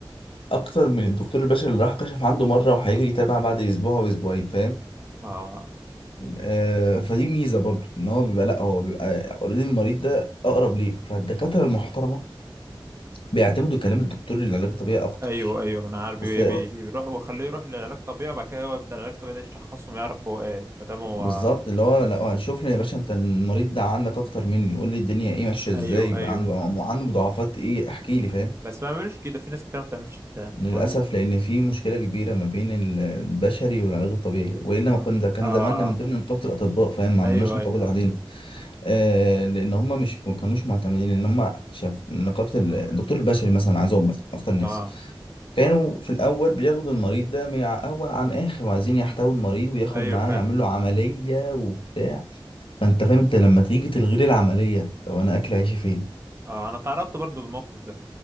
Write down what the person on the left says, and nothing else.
اكتر من الدكتور البشري اللي راح كشف عنده مره وهيجي يتابع بعد اسبوع واسبوعين فاهم
آه فدي ميزه برضو ان هو بيبقى لا هو بيبقى اوريدي المريض ده اقرب ليك فالدكاتره المحترمه بيعتمدوا كلام الدكتور للعلاج الطبيعي اكتر
بس
بالظبط اللي هو
لا هو شوف لي يا باشا انت المريض ده عندك اكتر مني قول لي الدنيا ايه ماشيه ازاي
بقى
عنده عنده مضاعفات ايه احكي لي فاهم
للاسف
لان في مشكله كبيره ما بين ال- البشري والعلاج الطبيعي والا
ما كنا كان
زماننا من
ضمن نقابه الاطباء فاهم ما عملناش
نقابه
لوحدنا آه لان هم مش ما كانوش معتمدين ان هم شاف نقابه ال- الدكتور البشري مثلا عندهم مثلا اكتر ناس
كانوا في الاول بياخدوا المريض ده من ع- اول عن اخر وعايزين يحتوي المريض وياخد
معاه
يعمل له عمليه وبتاع فانت فاهم انت لما تيجي تلغي لي العمليه لو انا اكل عيشي فين